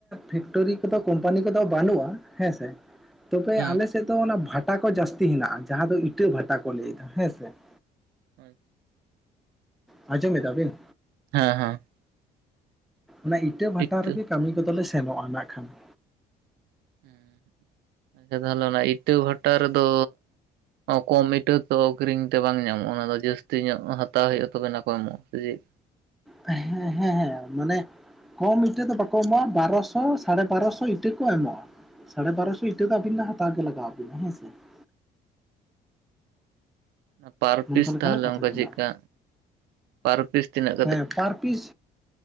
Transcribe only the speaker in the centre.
ᱯᱷᱮᱠᱴᱨᱤ ᱠᱚᱫᱚ, ᱠᱳᱢᱯᱟᱱᱤ ᱠᱚᱫᱚ, ᱵᱟᱹᱱᱩᱜᱼᱟ ᱦᱮᱸᱥᱮ ᱾ ᱛᱚᱵᱮ,
ᱟᱞᱮ ᱥᱮᱫ ᱫᱚ, ᱚᱱᱟ ᱵᱷᱟᱴᱟ ᱠᱚ, ᱡᱟᱹᱥᱛᱤ ᱦᱮᱱᱟᱜᱼᱟ, ᱡᱟᱦᱟᱸ ᱫᱚ, ᱤᱴᱟᱹ ᱵᱷᱟᱴᱟ ᱠᱚ, ᱞᱟᱹᱭ ᱮᱫᱟ ᱦᱮᱸᱥᱮ ᱾
ᱟᱡᱚᱢ ᱮᱫᱟ ᱵᱤᱱ?
ᱚᱱᱟ, ᱤᱴᱟᱹ ᱵᱷᱟᱴᱟ
ᱨᱮᱜᱮ, ᱠᱟᱹᱢᱤ ᱠᱚᱫᱚ ᱞᱮ, ᱥᱮᱱᱚᱜᱼᱟ ᱱᱷᱟᱜ ᱠᱷᱟᱱ ᱾
ᱦᱮᱸ, ᱦᱮᱸ ᱦᱮᱸ ᱢᱟᱱᱮ, ᱠᱚᱢ ᱤᱴᱟᱹ ᱫᱚ, ᱵᱟᱠᱚ ᱮᱢᱚᱜᱼᱟ, ᱵᱟᱨᱚᱥᱚ, ᱥᱟᱲᱮ ᱵᱟᱨᱚᱥᱚ ᱤᱴᱟᱹ ᱠᱚ, ᱮᱢᱚᱜᱼᱟ ᱾ ᱥᱟᱲᱮ ᱵᱟᱨᱚᱥᱚ ᱤᱴᱟᱹ ᱫᱚ, ᱟᱵᱤᱱ ᱫᱚ ᱦᱟᱛᱟᱣ ᱜᱮ, ᱞᱟᱜᱟᱣ ᱟᱵᱤᱱᱟ, ᱦᱮᱸ ᱥᱮ ᱾
ᱱᱚᱝᱠᱟ
ᱞᱮᱠᱟᱱᱟᱜ ᱠᱟᱛᱷᱟ
ᱠᱟᱱᱟ᱾
ᱦᱮ, ᱸ ᱯᱟᱨ ᱯᱤᱥ